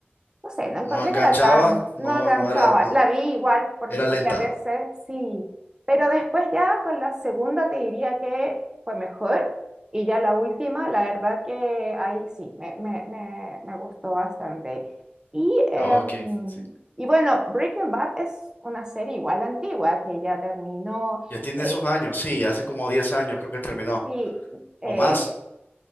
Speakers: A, on the right (about 20°); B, on the left (about 50°).
A: no sé, no encontré
B: No enganchaba,
A: que era tan,
B: no,
A: no enganchaba.
B: no era, no,
A: La vi igual, por-
B: era lenta.
A: porque a veces sí, pero después ya con la segunda te diría que fue mejor y ya la última, la verdad que ahí sí, me, me- me- me gustó bastante. Y, em,
B: Ok, sí.
A: y bueno, Breaking Bad es una serie igual antigua que ya terminó,
B: Ya tiene
A: eh,
B: sus años, sí, hace como 10 años creo que terminó,
A: sí, eh,
B: o más.